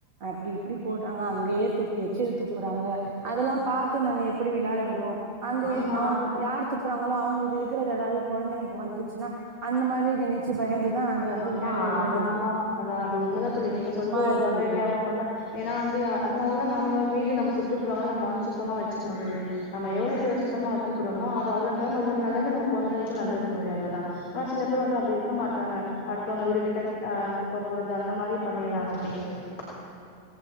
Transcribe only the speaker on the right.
அப்பாடி இப்புடி போட்றாங்க அங்கேயே துப்பிவெச்சி எச்சல் துப்புறா ங்க அதெல்லா பாத்து நாங்க எப் எப்புடி விள்ளாட விடுவோ அந்த
க் அவுங்க யார் துப் துப்புறாங்களோ அவாங்களுக்கு இருக்கறது ஏதாவது கொழந்தைங்களுக்கு வந்துச்சுன்னா அந்த மாரி நெனைச்சு பயந்து ந்துதா அங்க வந்து
விள்ளாட்
இருக்குது